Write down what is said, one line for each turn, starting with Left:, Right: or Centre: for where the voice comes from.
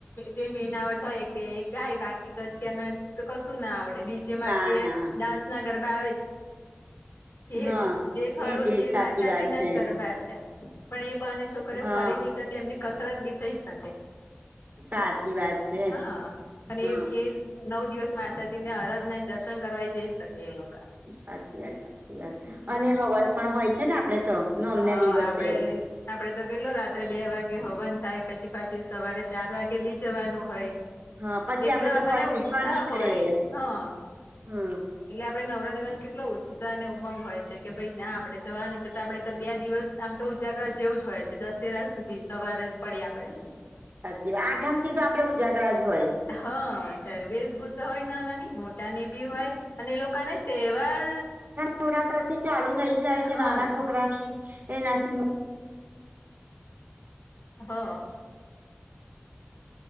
Left: જે મેનાવડતા હોય એક બે એક ગાય બાકી તો અત્યારનાજ તો કશું ના આવડે ડીચે માં
Right: ના
Left: જે
Right: ના
Left: ડાન્સ ના ગરબા આવે છેજ,
Right: હા
Left: જે ખરું
Right: એજ એજ
Left: છે એ
Right: સાચી
Left: માતાજી
Right: વાત
Left: ના
Right: છે
Left: જ ગરબા છે. પણ એ બાને છોકરીઓ
Right: હા
Left: ફરી બી શકે એમની કસરત બી થઈ શકે.
Right: સાચી વાત છે
Left: હા અને
Right: હા
Left: એ એ નવ દિવસ માતાજી ને અરજ ના દર્શન કરવા જઈ શકે એ લોકો.
Right: સાચી વાત સાચી વાત
Left: હમ
Right: અને હવન પણ હોય છે ને આપડે તો નોમ
Left: હા
Right: ના દિવસે.
Left: આપડે આપડે તો કેટલો રાત્રે બે વાગે હવન થાય, પછી પાછી સવારે ચાર વાગે બી જવાનું હોય
Right: હા પછી
Left: એટલો
Right: આપડે
Left: આપણને
Right: તો પલ્લી
Left: ઉત્સાહ
Right: પણ નીકળે
Left: હોય, હા.
Right: હા
Left: એટલે આપડે નવરાત્રી ન કેટલો ઉત્સાહ અને ઉમંગ હોય છે કે ભાઈ ના આપડે જવાનું છે તો આપડે તો બે દિવસ આમ તો ઉજાગરા જેવું જ હોય છે દસેરા સુધી સવારે પડી આપડે.
Right: સાચી આઠમ થી તો આપડે ઉજાગરાજ હોય.
Left: હા તર વેશભૂષા હોય ના નાની મો ટાની બી હોય અને એ લોકોને તહેવાર
Right: છોરા તરફ ચાલુ થઈ જાય છે,
Left: હા
Right: નાના છોકરાની એનાથી.
Left: હા.